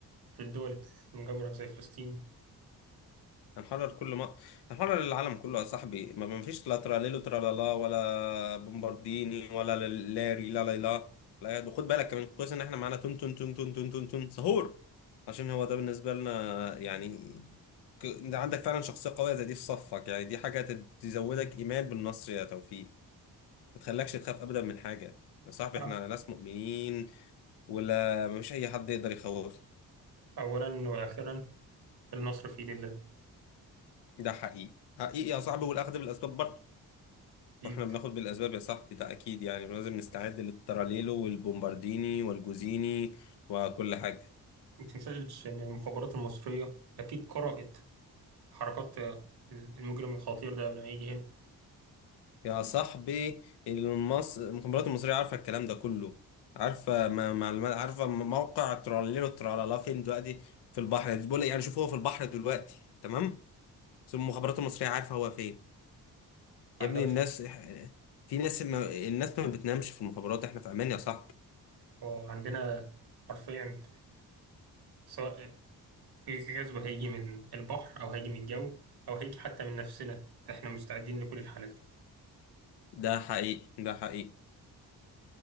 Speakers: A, on the right; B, on the left.
A: في الدول المجاورة زي فلسطين
B: هنحرر كل ما هنحرر العالم كله يا صاحبي ما ما فيش لا تراليلو ترالالا ولا بومبارديني ولا ل- لاري لا لا لا لا يد. وخد بالك كمان كويس ان احنا معانا تون تون تون تون تون تون تون سهور عشان هو ده بالنسبه لنا يعني ك- انت عندك فعلا شخصيه قويه زي دي في صفك يعني دي حاجه تد- تزودك ايمان بالنصر يا توفيق ما تخلكش تخاف ابدا من حاجه يا صاحبي
A: آه.
B: احنا ناس مؤمنين ولا مفيش اي حد يقدر يخوفنا
A: أولا وآخرا النصر في يد الله
B: ده حقيقي حقيقي يا صاحبي والاخذ بالاسباب برضه
A: أكيد
B: واحنا بناخد بالاسباب يا صاحبي ده اكيد يعني لازم نستعد للتراليلو والبومبارديني والجوزيني وكل حاجه
A: ما تنساش إن المخابرات المصرية أكيد قرأت حركات آه، المجرم الخطير ده قبل ما يجي هنا
B: يا صاحبي المص... المخابرات المصريه عارفه الكلام ده كله عارفه ما... معلومات عارفه موقع تراليلو ترالالا فين دلوقتي في البحر بقول لك يعني شوف هو في البحر دلوقتي تمام بس المخابرات المصريه عارفه هو فين
A: عندهاش
B: يا ابني الناس في ناس ما... الناس ما بتنامش في المخابرات احنا في امان يا صاحبي
A: وعندنا حرفيا سواء الغزو هيجي من البحر أو هيجي من الجو أو هيجي حتى من نفسنا إحنا مستعدين لكل الحالات دي
B: ده حقيقي ده حقيقي